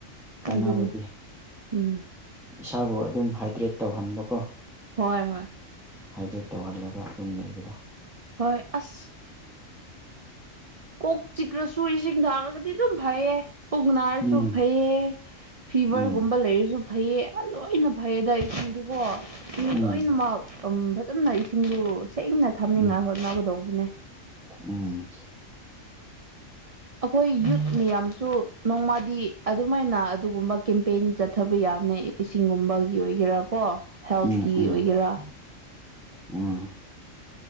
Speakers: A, in the centre; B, on the right.
A: ꯀꯥꯟꯅꯕꯗꯤ
B: ꯑꯗꯨꯅꯦ ꯎꯝ
A: ꯏꯁꯥꯕꯨ ꯑꯗꯨꯝ ꯍꯥꯏꯗ꯭ꯔꯦꯠ ꯇꯧꯍꯟꯕꯀꯣ
B: ꯍꯣꯏ ꯍꯣꯏ
A: ꯍꯥꯏꯗ꯭ꯔꯦꯠ ꯇꯧꯍꯜꯂꯒ ꯑꯗꯨꯝ ꯂꯩꯕꯗꯣ
B: ꯍꯣꯏ ꯑꯁ ꯀꯣꯛ ꯆꯤꯛꯈ꯭ꯔꯁꯨ ꯏꯁꯤꯡ ꯊꯥꯡꯉꯒꯗꯤ ꯑꯗꯨꯝ ꯐꯩꯌꯦ ꯄꯨꯛ ꯅꯥꯔꯁꯨ
A: ꯎꯝ
B: ꯐꯩꯌꯦ ꯐꯤꯕꯔꯒꯨꯝꯕ
A: ꯎꯝ
B: ꯂꯩꯔꯁꯨ ꯐꯩꯌꯦ ꯂꯣꯏꯅ ꯐꯌꯦꯗ ꯏꯁꯤꯡꯗꯤꯀꯣ ꯃꯤ
A: ꯎꯝ
B: ꯂꯣꯏꯅꯃꯛ ꯐꯖꯅ ꯏꯁꯤꯡꯗ ꯁꯦꯡꯅ ꯊꯝꯅꯤꯡꯉꯥꯏ
A: ꯎꯝ
B: ꯍꯣꯠꯅꯒꯗꯧꯕꯅꯦ
A: ꯎꯝ
B: ꯑꯩꯈꯣꯏ ꯌꯨꯠ ꯃꯌꯥꯝꯁꯨ ꯅꯣꯡꯃꯗꯤ ꯑꯗꯨꯃꯥꯏꯅ ꯑꯗꯨꯒꯨꯝꯕ ꯀꯦꯝꯄꯦꯟ ꯆꯠꯊꯕ ꯌꯥ ꯏꯁꯤꯡꯒꯨꯝꯕꯒꯤ ꯑꯣꯏꯒꯦꯔꯥ ꯀꯣ ꯍꯦꯜꯊꯀꯤ
A: ꯎꯝ ꯎꯝ
B: ꯑꯣꯏꯒꯦꯔꯥ
A: ꯎꯝ